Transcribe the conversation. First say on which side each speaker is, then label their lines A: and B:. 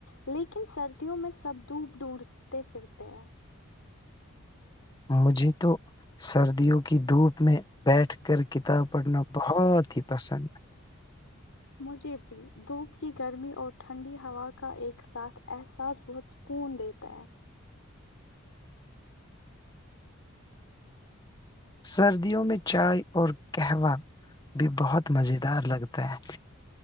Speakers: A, on the left; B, on the left.
A: لیکن سردیوں میں سب دھوپ ڈھونڈتے پھرتے ہیں
B: مجھے تو سردیوں کی دھوپ میں بیٹھ کر کتاب پڑھنا بہت ہی پسند
A: مجھے بھی دھوپ کی گرمی اور ٹھنڈی ہوا کا ایک ساتھ احساس بہت کوون دیتا ہے
B: سردیوں میں چائے اور قہوہ بھی بہت مزیدار لگتا ہے